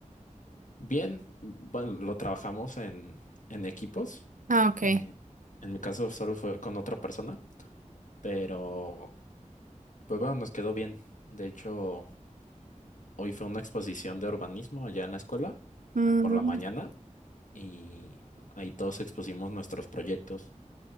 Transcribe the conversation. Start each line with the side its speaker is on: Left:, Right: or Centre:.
Left: bien, bueno, lo trabajamos en, en equipos.
Right: Ah, ok.
Left: eh, en mi caso solo fue con otra persona, pero pues bueno, nos quedó bien. De hecho... Hoy fue una exposición de urbanismo allá en la escuela,
Right: Mm,
Left: eh, por la mañana, y ahí todos expusimos nuestros proyectos.